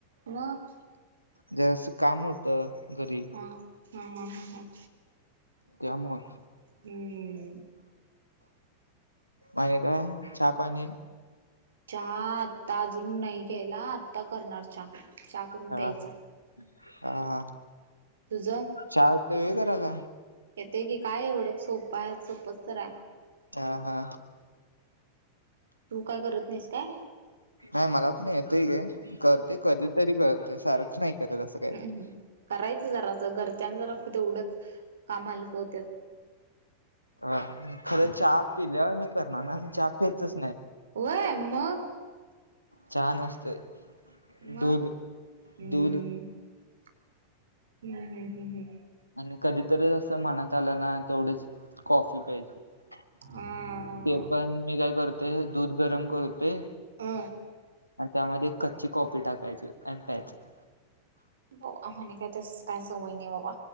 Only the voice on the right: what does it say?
मग?
हा हा हा हा हा.
हम्म
चहा आत्ता अजून नाही केला. आत्ता करणार चहा चहा. करून
प्यायचा
तुझं
येतोय की काय एवढं सोपं‌ आहे. सोपंच तर आहे.
तू काय करत नाहीस काय?
हम्म
हम्म करायचं जरासं घरच्यांचं जरा तेवढंच काम हालकं होत्यात.
व्हय मग?
मग
हम्
हम् हम् ह् ह्.
आ
अ
बर आम्हानी काय तसं काय सवय नाही बाबा.